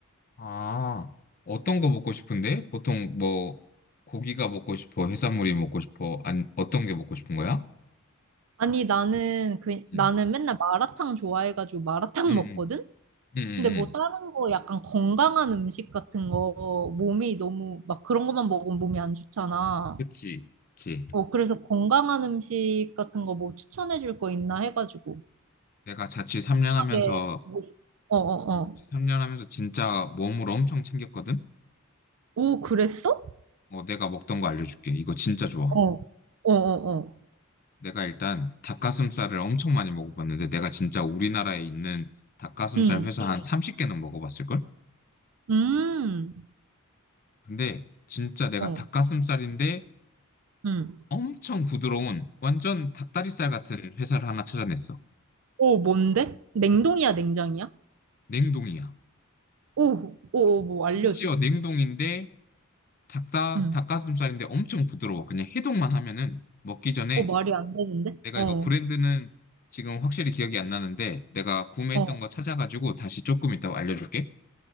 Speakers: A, on the left; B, on the right.
A: 아, 어떤 거 먹고 싶은데? 보통 뭐, 고기가 먹고 싶어, 해산물이 먹고 싶어, 아니, 어떤 게 먹고 싶은 거야?
B: 아니, 나는, 그, 나는
A: 응,
B: 맨날 마라탕 좋아해가지고 마라탕
A: 응, 응,
B: 먹거든?
A: 응, 응.
B: 근데 뭐 다른
A: 응.
B: 거 약간 건강한 음식 같은 거, 몸이 너무, 막 그런 것만 먹으면 몸이 안 좋잖아.
A: 그치, 그치.
B: 어, 그래서 건강한 음식 같은 거 뭐 추천해 줄 거 있나 해가지고.
A: 내가 자취 3년 하면서,
B: 하게. 어, 어, 어.
A: 자취 3년 하면서 진짜 몸으로 엄청 챙겼거든?
B: 오, 그랬어?
A: 뭐, 내가 먹던 거 알려줄게. 이거 진짜 좋아.
B: 어, 어, 어, 어.
A: 내가 일단 닭가슴살을 엄청 많이 먹어봤는데, 내가 진짜 우리나라에 있는 닭가슴살
B: 음,
A: 회사 한삼 30개는 먹어봤을걸?
B: 음,
A: 근데 진짜 내가
B: 어,
A: 닭가슴살인데
B: 음.
A: 엄청 부드러운 완전 닭다리살 같은 회사를 하나 찾아냈어.
B: 오, 뭔데? 냉동이야, 냉장이야?
A: 냉동이야.
B: 오, 오, 오, 뭐
A: 심지어
B: 알려줘.
A: 냉동인데 닭다,
B: 음.
A: 닭가슴살인데 엄청 부드러워. 그냥 해동만 하면은 먹기 전에
B: 오, 말이 안 되는데?
A: 내가
B: 어,
A: 이거 브랜드는 지금 확실히 기억이 안 나는데 내가 구매했던
B: 어, 어,
A: 거 찾아가지고 다시 조금 이따 알려줄게.